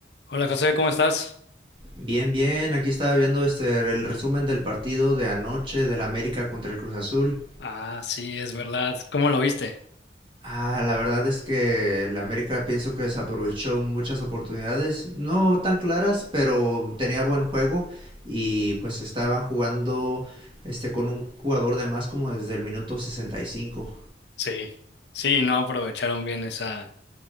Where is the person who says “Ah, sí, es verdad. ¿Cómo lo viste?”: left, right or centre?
Left